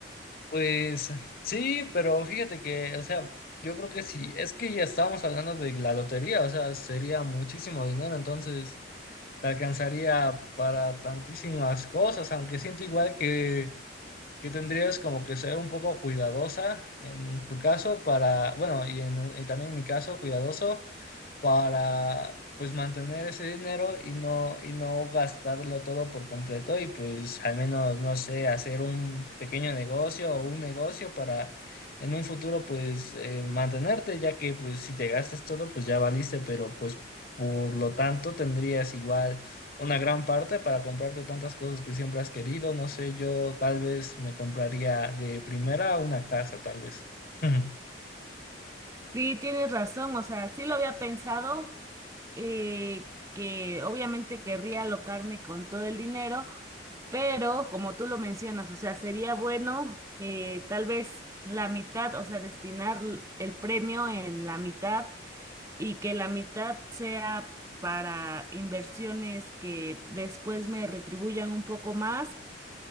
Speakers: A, on the left; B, on the right.
A: Pues sí, pero fíjate que, o sea, yo creo que sí, es que ya estábamos hablando de la lotería, o sea, sería muchísimo dinero, entonces... te alcanzaría para tantísimas cosas, aunque siento igual que, que tendrías como que ser un poco cuidadosa en tu caso para, bueno, y, en, y también en mi caso, cuidadoso para pues mantener ese dinero y no, y no gastarlo todo por completo y pues al menos, no sé, hacer un pequeño negocio o un negocio para en un futuro pues eh, mantenerte, ya que pues si te gastas todo pues ya valiste, pero pues por lo tanto tendrías igual una gran parte para comprarte tantas cosas que siempre has querido, no sé, yo tal vez me compraría de primera una casa, tal vez. <laughs>
B: Sí, tienes razón, o sea, sí lo había pensado, eh, que obviamente querría alocarme con todo el dinero, pero como tú lo mencionas, o sea, sería bueno eh, tal vez la mitad, o sea, destinar l- el premio en la mitad y que la mitad sea para inversiones que después me retribuyan un poco más